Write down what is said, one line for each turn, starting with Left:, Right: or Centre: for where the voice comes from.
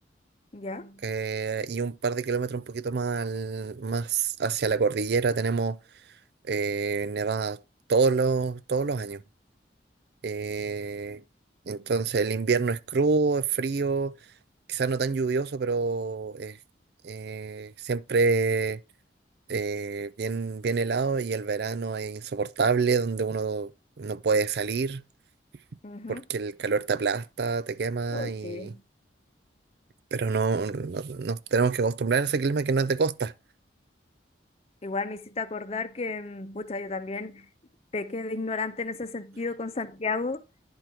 Left: ya
Right: eh, y un par de kilómetros un poquito más, al- más hacia la cordillera tenemos eh, nevada todos los, todos los años. Eh, entonces el invierno es crudo, es frío. quizás no tan lluvioso, pero es eh, siempre eh, bien, bien helado y el verano es insoportable, donde uno no puede salir
Left: Ujú.
Right: porque el calor te aplasta, te quema
Left: Ay,
Right: y...
Left: sí.
Right: Pero no, no- nos tenemos que acostumbrar a ese clima que no es de costa.
Left: Igual me hiciste acordar que, mm, pucha, yo también pequé de ignorante en ese sentido con Santiago,